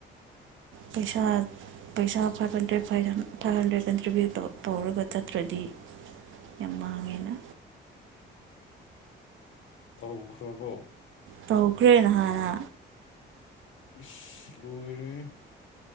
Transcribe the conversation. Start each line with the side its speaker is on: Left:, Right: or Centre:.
Right: ꯄꯩꯁꯥ ꯄꯩꯁꯥ ꯐꯥꯏꯚ ꯍꯟꯗ꯭ꯔꯦꯠꯚ ꯐꯥꯏꯚ ꯍꯟꯗ꯭ꯔꯦꯠ ꯀꯟꯇ꯭ꯔꯤꯕ꯭ꯌꯨꯠ ꯇꯧꯔꯒ ꯆꯠꯇ꯭ꯔꯗꯤ ꯌꯥꯝ ꯃꯥꯡꯉꯦꯅ
Left: ꯇꯧꯈ꯭ꯔꯕꯣ
Right: ꯇꯧꯈ꯭ꯔꯦꯅ ꯍꯥꯟꯅ
Left: ꯏꯁ ꯂꯣꯏꯔꯦ